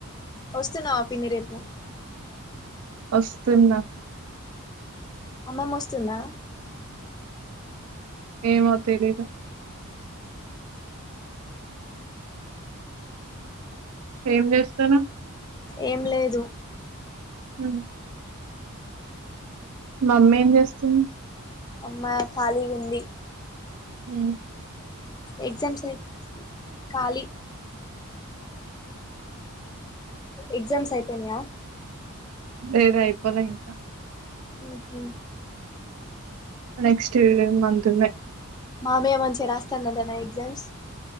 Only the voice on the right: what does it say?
వస్తున్నా
ఏమో తెలీదు ఏం చేస్తానవ్
మ్మ్ మా మమ్మీ ఏం చేస్తుంది
హ
లేదు అయిపోలే ఇంకా
నెక్స్ట్ ఇయర్ మంత్ ఉన్నా